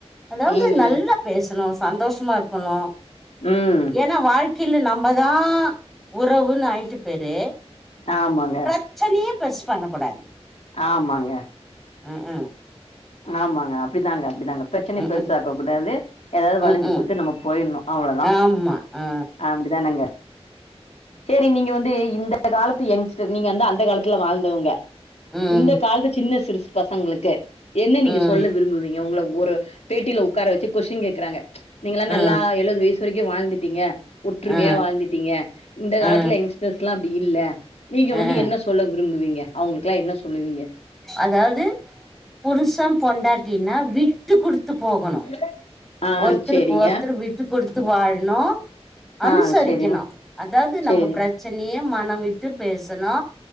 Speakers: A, in the centre; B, on the left (about 75°).
A: அதாவது
B: ம்
A: நல்ல
B: ம்
A: பேசணு சந்தோஷமா இருக்கணு
B: ம்
A: என வாழ்க்கையில நம்மதா உறவுன்னு ஆயிற்று பேரே
B: ஆமாங்க
A: பிரச்சனையே பெருசு பண்ண கூடாது
B: ஆமாங்க
A: அ ஹா
B: ஆமாங்க அப்படிதாங்க அப்படிதாங்க பிரச்சனைய
A: ம்
B: பெருசாக்க
A: ம்
B: கூடாது ஏதாவது வளைஞ்சு
A: ம் ம்
B: குடுத்து நம்ம போயின்னு அவ்ளோ தா
A: ஆமா ஆ
B: அப்டித்தானங்க சேரி நீங்க வந்து இந்த இந்த காலத்து எங்ஸ்டர் நீங்க வந்து அந்த காலத்துல வாழ்ந்தவங்க
A: ம்
B: இந்த காலத்து சின்ன சிறுசு பசங்களுக்கு என்ன நீங்க
A: ம்
B: சொல்ல விரும்புவீங்க உங்கள ஒரு பேட்டியில உட்கார வெச்சு கொஷின் கேக்கறாங்க நீங்கெல்லா
A: ஆ
B: நல்லா எழுவது வயசு வரைக்கு வாழ்ந்துட்டீங்க ஒற்றுமையா
A: ஆ
B: வாழ்ந்துட்டீங்க இந்த காலத்துல
A: ஆ
B: எங்ஸ்டர்ஸ்ல்லா அப்படி இல்ல நீங்க
A: ஆ
B: வந்து என்ன சொல்ல விரும் விரும்புவீங்க அவங்களுக்கெல்லா என்ன சொல்லுவீங்க
A: அதாவது புருசன் பொண்டாட்டினா விட்டு குடுத்து போகணு
B: <unintelligible>
A: ஒருத்தருக்கு
B: சேரிங்க
A: ஒருத்தரு விட்டு கொடுத்து வாழனு அனுசரிக்கணு
B: ஆ சேரிங்க
A: அதாவது நம்ம
B: சேரிங்
A: பிரச்ச பனையே மன விட்டு பேசனு